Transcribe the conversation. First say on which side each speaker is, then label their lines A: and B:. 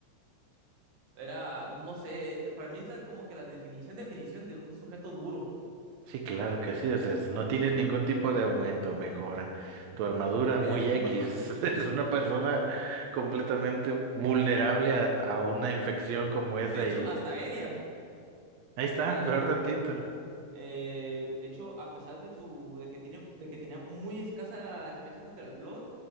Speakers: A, on the right; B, on the right.
A: Era, no sé, eh, para mí es la- como que la definición, definición de un sujeto duro.
B: Sí, claro que sí, o sea, no tienes ningún tipo de aumento, mejora. Tu armadura
A: Eres
B: muy
A: un
B: X,
A: humano,
B: <laughs>
A: sí.
B: es una persona completamente vulnerable a, a una infección como esa
A: De hecho,
B: y
A: hasta aérea,
B: ahí
A: porque
B: está, peor tantito.
A: eh, de hecho, a pesar de su, de que tiene, de que tenía muy escasa experiencia contra el Flood,